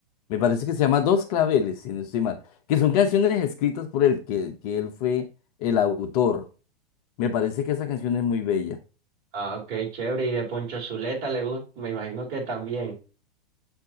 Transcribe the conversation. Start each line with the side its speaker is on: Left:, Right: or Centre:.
Left: me parece que se llama Dos claveles, si no estoy mal. Que son canciones escritas por él, que, que él fue el autor. Me parece que esa canción es muy bella.
Right: Ah, ok, chévere. Y de Poncho Zuleta le gusta, me imagino que también.